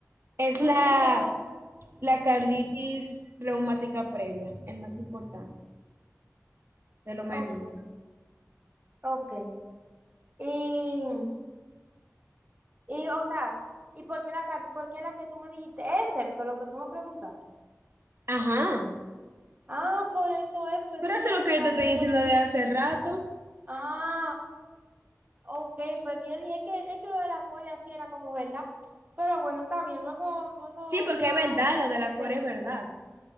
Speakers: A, on the right; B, on the right.
A: es
B: es
A: la,
B: un criterio.
A: la carditis reumática previa, el más importante, de lo menos.
B: Ok, ok. Y Y, o sea, ¿y por qué la, car- por qué la que tú me dijiste, excepto lo que tú me preguntaste?
A: Ajá,
B: Ah, por eso es, porque
A: pero
B: yo
A: eso
B: pensaba
A: es lo que yo te estoy
B: que,
A: diciendo de hace rato.
B: ah, ok, porque yo dije que es que lo de la Corea sí era como verdad. Pero bueno, está bien, luego, luego
A: Sí, porque
B: ya
A: es verdad, lo de la core
B: seguimos
A: es verdad.